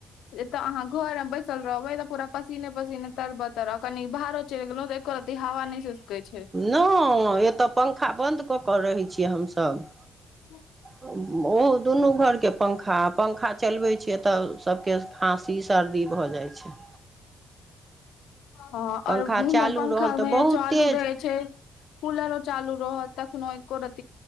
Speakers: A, on the left (about 80°); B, on the right (about 25°).
A: एत अहाँ घर मे बैसल रहबै त पूरा पसीने पसीने तरबतर आ ओ कनि बाहरो चलि गेलौं त एको एको रती हवा नै सिसकै छै।
B: नोइ एत पंखा बन्द कऽ कऽ रहै छियै हमसभ।
A: <unintelligible>
B: ओहो दुनू घर के पंखा पङखा चलबै छियै त सबके खाँसी सर्दी भ जाइ छै।
A: हॅं
B: पंखा
A: और इम्हर
B: चालू
A: पंखा
B: रहल
A: <unintelligible>
B: तऽ बहुत
A: चालू
B: तेज
A: रहै छै। कूलरो चालू रहत तखनो एको रत